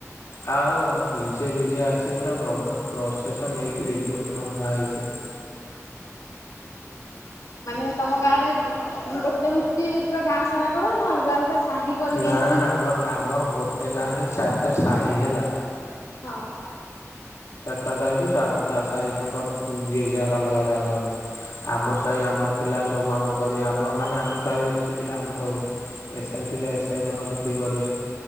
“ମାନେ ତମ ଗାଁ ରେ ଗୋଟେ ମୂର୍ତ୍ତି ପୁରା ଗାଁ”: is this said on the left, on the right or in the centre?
Left